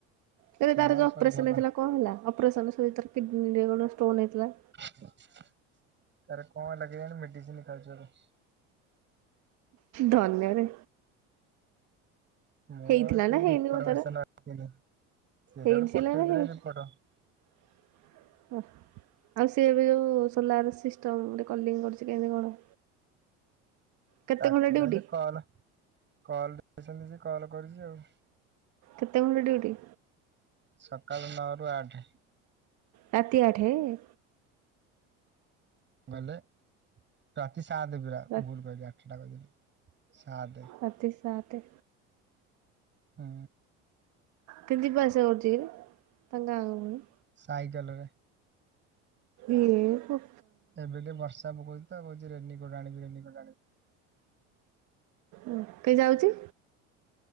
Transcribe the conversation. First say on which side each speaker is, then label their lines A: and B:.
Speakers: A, on the right (about 60°); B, on the right (about 35°).
A: ଏବେ
B: ହଁ
A: ତାର ଯୋଉ
B: ସବୁ
A: ଅପରେସନ
B: ଭଲ।
A: ହେଇଥିଲା କଣ ହେଲା ଅପରେସନରେ ସବୁ ଏ ତାର କିଡ଼ନୀ ରେ ଷ୍ଟୋନ ହେଇଥିଲା।
B: ତାର କଣ ହେଲା କେଜାଣି ମେଡିସିନି ଖାଉଚନ୍ତି।
A: ଧନ୍ୟରେ
B: ମୁଁ
A: ହେଇଥିଲା
B: ଏତେ
A: ନା ହେଇନି
B: ଇନଫରମେସନ
A: ମ ତାର
B: ରଖିନି। ସିଏ ତ
A: ହେଇଥିଲା
B: ଗୋଟେ ପଠେଇଥିଲା
A: ନା ହେଇ ନଥିଲା?
B: ରିପୋର୍ଟ।
A: ଓଃ। ଆଉ ସିଏ ଏବେ ଯୋଉ ସୋଲାର ସିଷ୍ଟମ ଗୁଟେ କଲିଙ୍ଗ କରୁଚି କେମତି କଣ? କେତେ
B: ତାକୁ
A: ଘଣ୍ଟା ଡ୍ୟୁଟି
B: ତାହାଲେ କଲ କଲ ଛନ୍ତି ସେ କଲ କରିଚି ଆଉ।
A: କେତେ ଘଣ୍ଟା ଡ଼ିଉଟି?
B: ସକାଳ ନଅରୁୁ ଆଠେ।
A: ରାତି ଆଠେ ଏ?
B: ଗଲେ ରାତି ସାତେ ପୁରା
A: ରା
B: ଭୁଲ କହିଲି ଆଠେଟା କହିଦେଲି ସାତେ।
A: ରାତି ସାତେ
B: ହୁଁ।
A: କିନ୍ତି ଯିବା ଆସିବା କରୁଚି କିରେ ତାଙ୍କ ଗାଁକୁ ପୁଣି?
B: ସାଇକେଲରେ।
A: ଇଏ ହୋ
B: ଏବେ ଟିକେ ବର୍ଷା ପକଉଚି ତ କହୁଚି ରେନିକୋଟ ଆଣିବି ରେନିକୋଟ ଆଣିବି।
A: ଓ କେ ଯାଉଚି?